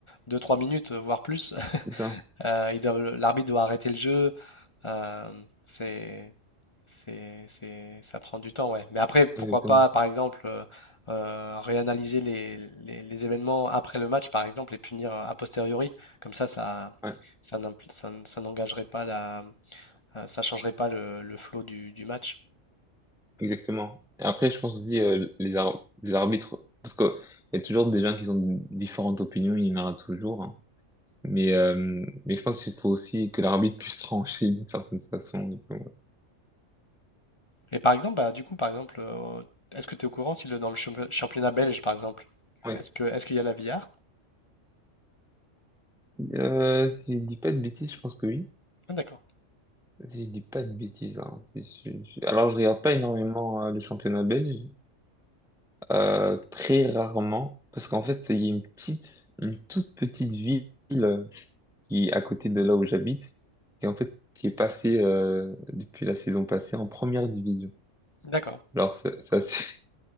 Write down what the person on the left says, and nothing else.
deux trois minutes, euh, voire plus. <laughs>
Euh, ils doivent- l'arbitre doit arrêter le jeu. euh, c'est, c'est, c'est- ça prend du temps, ouais. Mais après, pourquoi
pas, par exemple, euh, euh, réanalyser les, les- les événements après le match, par exemple, et punir euh, a posteriori. Comme ça, ça,
ça n'imp- ça n- ça n'engagerait pas la euh, ça changerait pas le, le flow du, du match.
Et par exemple, bah, du coup, par exemple, euh, est-ce que tu es au courant si le, dans le champi- championnat belge, par exemple,
est-ce que est-ce qu'il y a la VR?
Ah, d'accord,
d'accord.